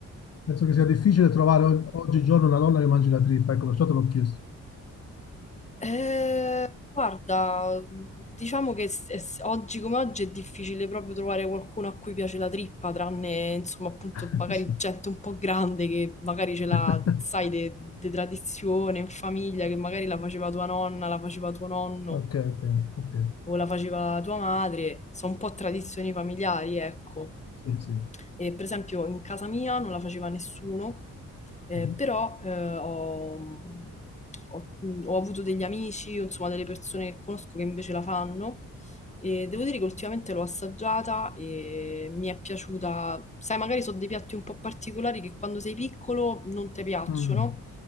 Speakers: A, on the left; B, on the left.
A: Penso che sia difficile trovare og- oggigiorno una donna che mangi la trippa, ecco, perciò te l'ho chiesto.
B: Eh, guarda, diciamo che s- es- oggi come oggi è difficile proprio trovare qualcuno a cui piace la trippa, tranne insomma appunto
A: <laughs>
B: magari
A: Sì.
B: gente un po' grande che magari ce l'ha,
A: <laughs>
B: sai, di tradizione in famiglia, che magari la faceva tua nonna, la faceva tuo nonno
A: Ok, ok, ok.
B: o la faceva tua madre, sono un po' tradizioni familiari, ecco.
A: Sì, sì.
B: Eh, per esempio, in casa mia non la faceva nessuno, eh,
A: Mhm.
B: però eh, ho, ho- ho avuto degli amici, insomma, delle persone che conosco che invece la fanno. E devo dire che ultimamente l'ho assaggiata e mi è piaciuta. Sai, magari sono dei piatti un po' particolari che quando sei piccolo non ti piacciono,
A: Mm,